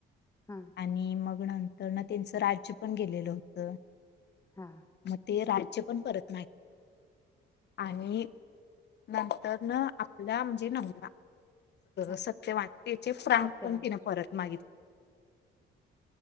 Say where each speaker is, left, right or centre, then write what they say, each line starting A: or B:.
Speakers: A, on the left; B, on the left.
A: हा
B: आणि मग नंतर न त्यांचं राज्य पण गेलेलं होत,
A: हा
B: म ते राज्य पण परत मागितलं. आणि नंतर न आपला म्हणजे नवरा
A: हा
B: सत्यवान त्याचे प्राण
A: सत्यवान
B: पण तिन परत मागितले.